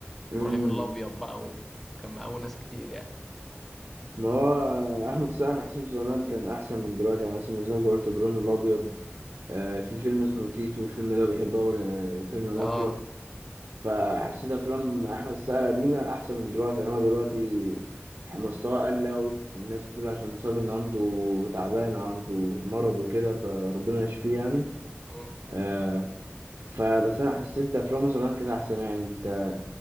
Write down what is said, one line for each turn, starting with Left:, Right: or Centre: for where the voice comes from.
Right: امم
Centre: إبراهيم الأبيض بقى وكان مقاول ناس كتير يعني
Right: ما هو احمد السقا انا حاسه زمان كان احسن من دلوقتي يعني مثلا زي ما قلت ابراهيم الابيض آه في فيلم اسمه تيتو الفيلم ده بحبه أوي آه، وفيلم
Centre: آه
Right: مافيا فحسيت افلام احمد السقا القديمه احسن من دلوقتي يعني هو دلوقتي مستواه قل قوي والناس بتقول عشان بسبب ان عنده تعبان أو عنده مرض وكده فربنا يشفيه يعني
Centre: مم.
Right: آه فبس انا حسيت افلامه زمان كانت احسن يعني انت